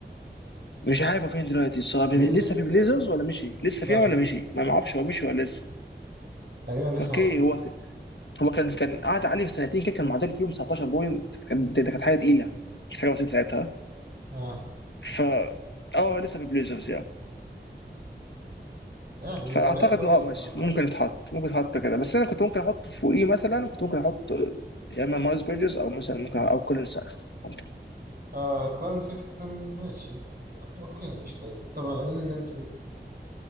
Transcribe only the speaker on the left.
مش عارف هو فين دلوقتي الصراحه
لسه في
بليزرز ولا مشي لسه
فيها
ولا
مشي ما ما اعرفش
هو مشي ولا لسه
اوكي
هو هو كان كان قعد عليه في سنتين كده كان معدل فيهم 19 بوينت كان- ده ده كانت حاجه تقيله مش حاجه بسيطه ساعتها
ف اه لسه في بليزرز يعني
فاعتقد
إنه اه ماشي
ممكن
يتحط ممكن يتحط كده بس انا كنت ممكن احط فوقيه مثلا كنت ممكن احط يا اما مايلز بيرجز او مثلا ممكن او كولين ساكستون ممكن